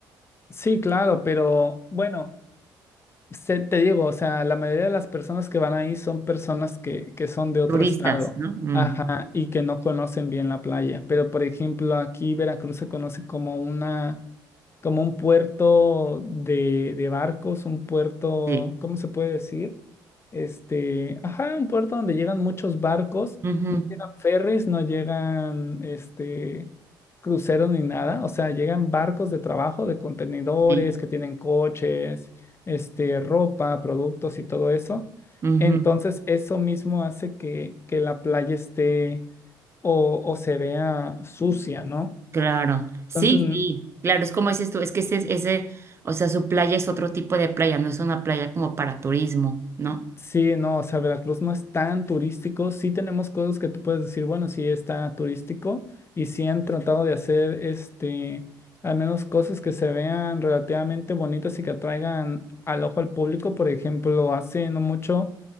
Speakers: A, on the left; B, on the right.
A: Sí, claro, pero bueno, se- te digo, o sea, la mayoría de las personas que van ahí son personas que, que son de otro
B: turistas,
A: estado,
B: ¿no? Mm,
A: ajá, y que no conocen bien la playa, pero por ejemplo aquí Veracruz se conoce como una como un puerto de, de barcos, un puerto,
B: sí.
A: ¿cómo se puede decir? Este, ajá, un puerto donde llegan muchos barcos,
B: Ujú,
A: no llegan ferries, no llegan este cruceros ni nada, o sea, llegan barcos de trabajo, de contenedores
B: sí.
A: que tienen coches, este, ropa, productos y todo eso.
B: ujú.
A: Entonces, eso mismo hace que, que la playa esté o, o se vea sucia, ¿no?
B: Claro, sí,
A: Entonces,
B: sí, claro, es como dices tú, es que ese, ese, o sea, su playa es otro tipo de playa, no es una playa como para turismo, ¿no?
A: Sí, no, o sea, Veracruz no es tan turístico. Sí tenemos cosas que tú puedes decir, bueno, sí está turístico y sí han tratado de hacer, este, al menos cosas que se vean relativamente bonitas y que atraigan al ojo al público. Por ejemplo, hace no mucho,